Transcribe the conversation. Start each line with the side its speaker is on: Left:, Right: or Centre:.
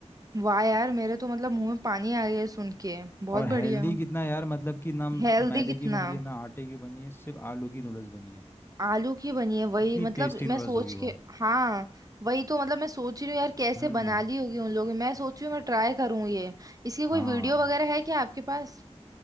Right: वाह यार मेरे तो मतलब मुंह में पानी आ गया है सुन के बहुत
Left: और हेल्दी
Right: बढ़िया
Left: कितना यार मतलब कि ना
Right: हेल्दी
Left: मैदे
Right: कितना
Left: की बन रही है ना आटे की बनी है सिर्फ आलू की नूडल्स बनी है
Right: आलू की बनी है वही
Left: इतनी
Right: मतलब
Left: टेस्टी
Right: मैं
Left: नूडल्स
Right: सोच
Left: होगी
Right: के
Left: वो
Right: हाँ वही तो मतलब मैं सोच रही हूँ यार कैसे
Left: हम्म
Right: बना ली होगी उन लोगों ने। मैं सोच रही हूँ मैं ट्राई करूँ ये इसकी
Left: हाँ
Right: कोई वीडियो वगैरह है क्या आपके पास